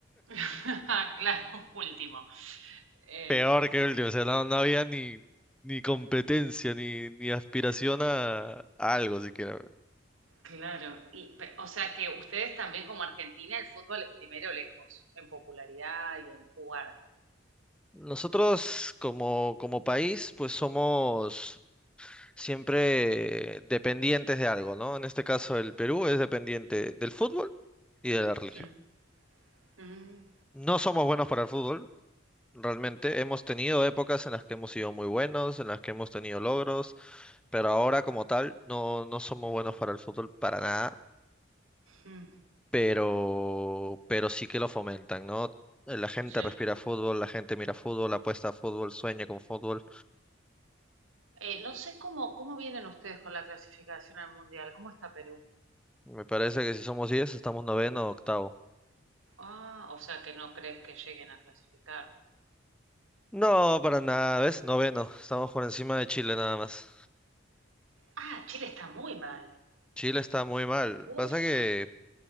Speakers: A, on the right; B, in the centre.
A: <laughs> Claro, último. Eh,
B: Peor
A: sí,
B: que el
A: sí,
B: último, o sea, no, no había ni, ni competencia, ni, ni aspiración a, a algo siquiera.
A: claro. Y, pe- o sea que ustedes también como Argentina el fútbol es primero lejos, en popularidad y en jugar.
B: Nosotros como, como país, pues somos siempre dependientes de algo, ¿no? En este caso el Perú es dependiente del fútbol y de la religión.
A: Mm, mm,
B: No somos buenos para el fútbol, realmente. Hemos tenido épocas en las que hemos sido muy buenos, en las que hemos tenido logros, pero ahora como tal no, no somos buenos para el fútbol para nada,
A: mm,
B: pero, pero sí que lo fomentan, ¿no? La gente
A: sí.
B: respira fútbol, la gente mira fútbol, apuesta a fútbol, sueña con fútbol.
A: Eh, no sé cómo, cómo vienen ustedes con la clasificación al Mundial, ¿cómo está Perú?
B: Me parece que si somos 10 estamos noveno o octavo.
A: Ah, o sea que no crees que lleguen a clasificar.
B: No, para nada, ¿ves? Noveno. Estamos por encima de Chile nada más.
A: Ah, Chile está muy mal.
B: Chile está muy mal.
A: Uf,
B: Pasa que